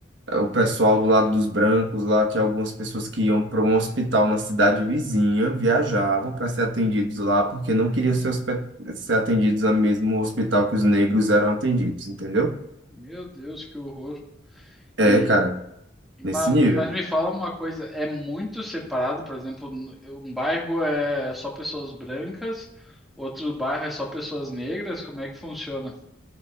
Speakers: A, on the right (about 75°); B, in the centre.
A: eh, o pessoal do lado dos brancos lá tinha algumas pessoas que iam para um hospital na cidade vizinha, viajavam para ser atendidos lá, porque não queriam ser, hospe- ser atendidos no mesmo hospital que os negros eram atendidos, entendeu?
B: Meu Deus, que horror.
A: É,
B: E
A: cara,
B: ma-
A: nesse nível.
B: mas me fala uma coisa, é muito separado, por exemplo, n- um bairro é só pessoas brancas, outro bairro é só pessoas negras, como é que funciona?